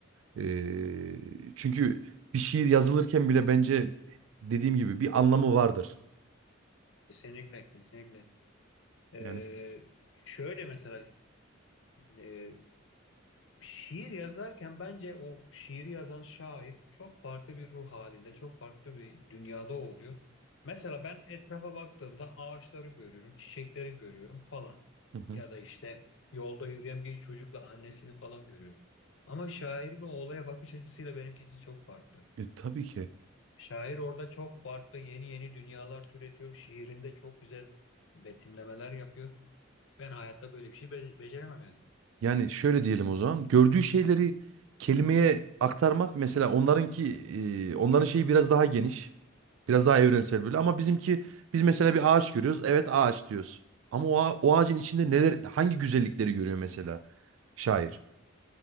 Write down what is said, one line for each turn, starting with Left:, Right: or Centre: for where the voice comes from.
Right: Ee, çünkü bir şiir yazılırken bile bence dediğim gibi bir anlamı vardır.
Left: Kesinlikle, kesinlikle. Ee,
Right: Yani
Left: şöyle mesela e, Şiir yazarken bence o şiiri yazan şair çok farklı bir ruh halinde, çok farklı bir dünyada oluyor. Mesela ben etrafa baktığımda ağaçları görüyorum, çiçekleri görüyorum falan.
Right: Hı hı.
Left: Ya da işte yolda yürüyen bir çocukla annesini falan görüyorum. Ama şairin o olaya bakış açısıyla benimkisi çok farklı.
Right: E, tabii ki.
Left: Şair orada çok farklı yeni yeni dünyalar türetiyor. Şiirinde çok güzel betimlemeler yapıyor. Ben hayatta böyle bir şey be- beceremem yani.
Right: Yani şöyle diyelim o zaman. Gördüğü şeyleri kelimeye aktarmak mesela onlarınki e, onların şeyi biraz daha geniş. Biraz daha evrensel böyle ama bizimki biz mesela bir ağaç görüyoruz. Evet ağaç diyoruz. Ama o, ağa- o ağacın içinde neler hangi güzellikleri görüyor mesela şair.